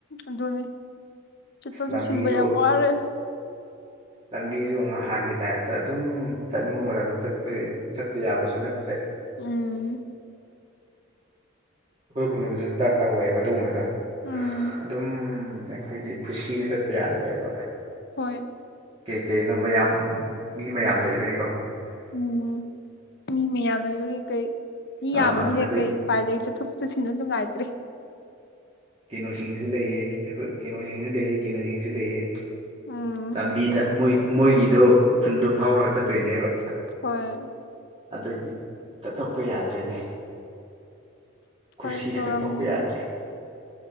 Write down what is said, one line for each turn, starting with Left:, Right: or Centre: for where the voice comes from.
Left: ꯑꯗꯨꯅꯤ ꯁꯤꯠꯇꯣꯛꯁꯨ
Right: ꯂꯝꯕꯤꯁꯨ
Left: ꯁꯤꯟꯕ ꯌꯥꯝ ꯋꯥꯔꯦ
Right: ꯂꯝꯕꯤꯁꯨ ꯅꯍꯥꯟꯒꯤ ꯇꯥꯏꯞꯇ ꯑꯗꯨꯝ ꯆꯠꯅꯤꯡꯕ ꯃꯇꯝꯗ ꯆꯠꯄꯁꯦ ꯆꯠꯄ ꯌꯥꯕꯁꯨ ꯅꯠꯇ꯭ꯔꯦ
Left: ꯎꯝ
Right: ꯑꯩꯈꯣꯏ ꯀ ꯈꯨꯂꯅꯨꯡꯝꯁꯨ ꯇ ꯇꯧꯋꯦꯕ ꯑꯗꯨꯒꯨꯝꯕꯗ
Left: ꯎꯝ
Right: ꯑꯗꯨꯝ ꯑꯩꯈꯣꯏꯒꯤ ꯈꯨꯁꯤꯗ ꯆꯠꯄ ꯌꯥꯗ꯭ꯔꯦꯕ
Left: ꯍꯣꯏ
Right: ꯀꯩ ꯀꯩꯅꯣ ꯃꯌꯥꯝ ꯃꯤ ꯃꯌꯥꯝ ꯂꯩꯕ ꯑꯩꯀꯣ
Left: ꯎꯝ ꯃꯤ ꯃꯌꯥꯝ ꯂꯩꯕꯒꯤ ꯀꯩ ꯃꯤ ꯌꯥꯝꯃꯅꯤꯅ
Right: ꯑꯥ ꯑꯗꯩ
Left: ꯀꯔꯤ ꯎ ꯄꯥꯏ ꯂꯩꯩ ꯆꯠꯊꯣꯛ ꯆꯠꯁꯤꯟꯁꯨ ꯅꯨꯡꯉꯥꯏꯇ꯭ꯔꯦ
Right: ꯀꯩꯅꯣꯁꯤꯡꯁꯨ ꯂꯩꯑ ꯑꯩꯈꯣꯏ ꯀꯩꯅꯣꯁꯤꯡꯁꯨ ꯂꯩꯑ ꯀꯩꯅꯣꯁꯤꯡꯁꯨ ꯂꯩꯑ
Left: ꯎꯝ
Right: ꯂꯝꯕꯤꯗ ꯃꯣꯏ ꯃꯣꯏꯒꯤꯗꯣ ꯈꯨꯟꯗꯣ ꯐꯥꯎꯔꯒ ꯆꯠꯇꯣꯏꯅꯦꯕ
Left: ꯍꯣꯏ
Right: ꯑꯗꯨꯒꯤ ꯆꯠꯊꯣꯛꯄ ꯌꯥꯗ꯭ꯔꯦꯅꯦ ꯈꯨꯁꯤꯗ
Left: ꯍꯣꯏ ꯇꯧꯔꯝꯅꯤꯌꯦ
Right: ꯆꯠꯊꯣꯛꯄ ꯌꯥꯗ꯭ꯔꯦ